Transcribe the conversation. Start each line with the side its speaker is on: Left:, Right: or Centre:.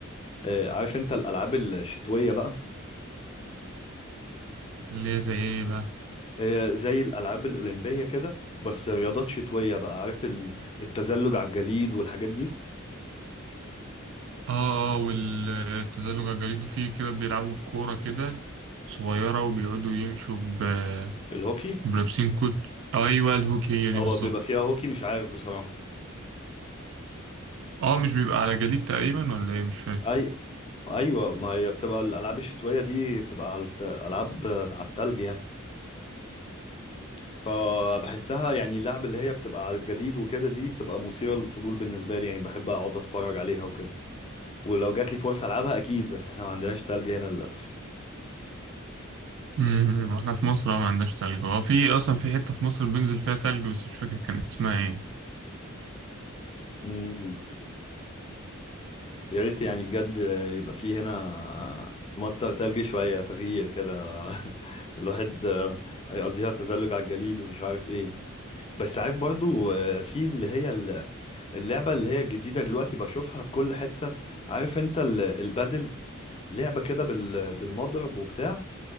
Left: آه عارف انت الالعاب الشتوية بقى
Right: اللي هي زي ايه بقى
Left: هي زي الالعاب الاولمبية كده بس رياضات شتوية بقى عارف ال- التزلج على الجليد والحاجات دي
Right: اه والتزلج على الجليد وفيه كده بيلعبوا بكورة كده صغيرة وبيقعدوا يمشوا ب-
Left: الهوكي
Right: بلابسين كوت ايوه الهوكي هي
Left: هو
Right: دي بالظبط
Left: بيبقى فيها هوكي مش عارف بصراحة
Right: اه مش بيبقى على جليد تقريبا ولا ايه مش فاكر
Left: اي ايوه ما هي بتبقى الالعاب الشتوية دي بتبقى على الت... العاب على التلج يعني فبحسها يعني اللعب اللي هي بتبقى على الجليد وكده دي بتبقى مثيرة للفضول بالنسبة لي يعني بحب اقعد اتفرج عليها وكده ولو جات لي فرصة العبها اكيد بس احنا ما عندناش تلج هنا للاسف
Right: امم احنا في مصر ما عندناش تلج اه في اصلا في حتة في مصر بينزل فيها تلج بس مش فاكر كان اسمها ايه
Left: امم يا ريت يعني بجد يبقى فيه هنا تمطر تلج شوية تغيير كده <laughs> الواحد هيقضيها تزلج على الجليد ومش عارف ايه بس عارف برضو آه، في اللي هي ال- اللعبة اللي هي الجديدة دلوقتي بشوفها في كل حتة عارف انت ال- البادل لعبة كده بال- بالمضرب وبتاع